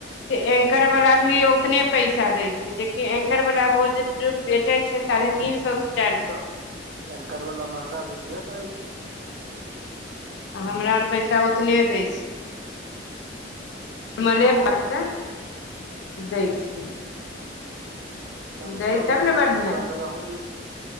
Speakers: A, on the left (about 75°); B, on the right (about 55°).
A: ते एंकरवला भी उतने पैसा दै छै जेकि एंकरवला बो जे बेचै छै साढ़े तीन सौ स चाइर सौ
B: एंकर वला महँगा बिकबे करै छै तऽ
A: <inaudible> आ हमरा आर पैसा ओतने दै छै मले भर से <inaudible> दै छै
B: कम
A: दै
B: स कम
A: तब ने बढ़िआँ छै
B: पंद्रह बिसो